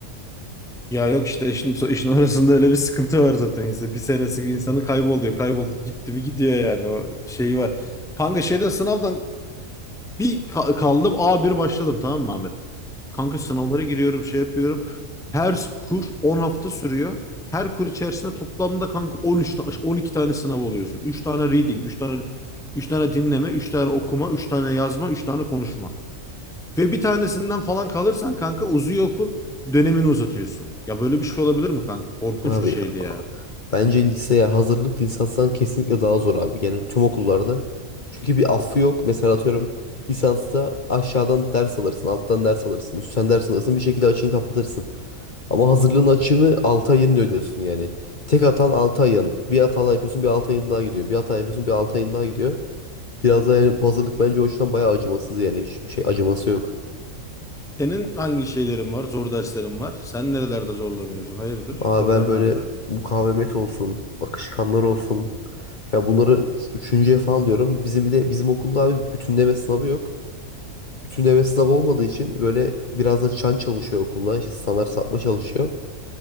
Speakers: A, in the centre; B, on the left.
A: Ya yok işte işin, so- işin orasında öyle bir sıkıntı var zaten. İşte bir senesi insanı kayboluyor. Kaybol gitti mi gidiyor yani o şey var. Kanka şeyden sınavdan bir ka- kaldım a bir başladım tamam mı Ahmet? Kanka sınavlara giriyorum şey yapıyorum. Her kur 10 hafta sürüyor. Her kur içerisinde toplamda kanka on üç ta- 12 tane sınav oluyorsun. üç tane reading, üç tane üç tane dinleme, 3 tane okuma, 3 tane yazma, 3 tane konuşma. Ve bir tanesinden falan kalırsan kanka uzuyor okul dönemini uzatıyorsun. Ya böyle bir şey olabilir mi kanka? Korkunç
B: Abi
A: bir şeydi ya.
B: bence liseye hazırlık lisanstan kesinlikle daha zor abi. Genel tüm okullarda. Çünkü bir affı yok. Mesela atıyorum lisansta aşağıdan ders alırsın, alttan ders alırsın, üstten ders alırsın bir şekilde açığını kapatırsın. Ama hazırlığın açığını 6 ayını ödüyorsun yani. Tek atan 6 ayın. Bir hata yapıyorsun bir 6 ayın daha gidiyor. Bir hata yapıyorsun bir 6 ayın daha gidiyor. Biraz da yani bu hazırlık bence o yüzden bayağı acımasız yani. Hiçbir şey acıması yok.
A: Senin hangi şeylerin var? Zor derslerin var. Sen nerelerde zorlanıyorsun? Hayırdır?
B: Abi
A: Problem
B: ben böyle
A: nerede?
B: mukavemet olsun, akışkanlar olsun. Ya bunları üçüncüye falan diyorum. Bizim bir de bizim okulda abi bütünleme sınavı yok. Bütünleme sınavı olmadığı için böyle biraz da çan çalışıyor okulda. İşte standart sapma çalışıyor.